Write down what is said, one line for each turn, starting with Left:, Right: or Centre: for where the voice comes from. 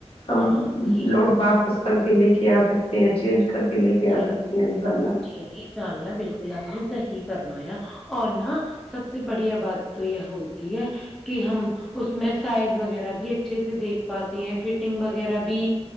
Left: ہم
Centre: ہاں جی
Left: لوٹ واپس کر کے لے کے آ سکتے ہیں چینج کر کے لے کے آ
Centre: جی
Left: سکتے ہیں انشاء اللہ
Centre: جی انشاء اللہ بالکل آپ نے صحیح فرمایا اور نا سب سے بڑھیا بات تو یہ ہوتی ہے کہ ہم اس میں سائز وغیرہ بھی اچھے سے دیکھ پاتے ہیں فٹنگ وغیرہ بھی